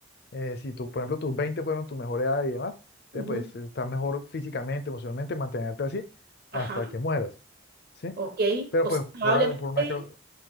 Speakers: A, on the left; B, on the right.
A: eh, si tú, por ejemplo, tus 20 fueron tu mejor edad y demás, te,
B: Ujú,
A: pues estás mejor físicamente, emocionalmente, mantenerte así
B: Ajá,
A: hasta que mueras, ¿sí?
B: ok.
A: Pero
B: O
A: pues
B: sea, probablemente...
A: por algo, por una, cau-